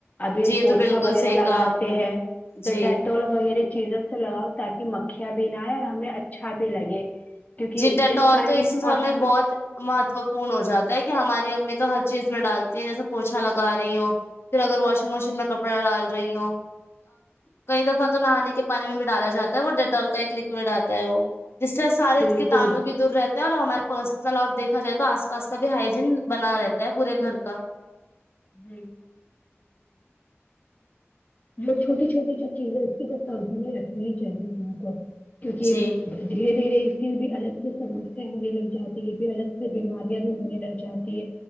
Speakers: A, on the left; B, on the left.
A: ابھی
B: جی یہ
A: پوچھا
B: تو بالکل
A: وغیرہ
B: صحیح
A: لگاتے
B: کہا آپ نے
A: ہیں تو
B: جی
A: ڈ ٹال وغیرہ چیزوں سے لگاؤ تاکہ مکھیاں بھی نہ آئے اور ہمیں اچھا بھی لگے کیونکہ
B: جی ڈٹال
A: ٹائم
B: تو اس سمے
A: موسم
B: بہت مہتو پورن ہو جاتا ہے کہ ہماری امی تو ہر چیز میں ڈالتی ہیں جیسے پوچھا لگا رہی ہوں پھر اگر واشنگ مشین میں کپڑا ڈال رہی ہوں کئی دفعہ تو نہانے کے پانی میں بھی ڈالا جاتا ہے وہ ڈٹال کا ایک لکوڈ آتا ہے وہ جس سے سارے
A: بالکل
B: کٹانوں بھی دور رہتا ہے اور ہمارے پرسنل اور دیکھا جائے تو آس پاس کا بھی ہائجین بنا رہتا ہے پورے گھر کا
A: <inaudible> جو چھوٹی چھوٹی جو چیز ہے اس کو قابو میں رکھنی ہی چاہیے اپنے کو کیونکہ
B: جی
A: دھیرے دھیرے اس کی بھی الگ سے سمسیا ہونے لگ جاتی ہے بھی الگ سے بیماریاں بھی ہونے لگ جاتی ہے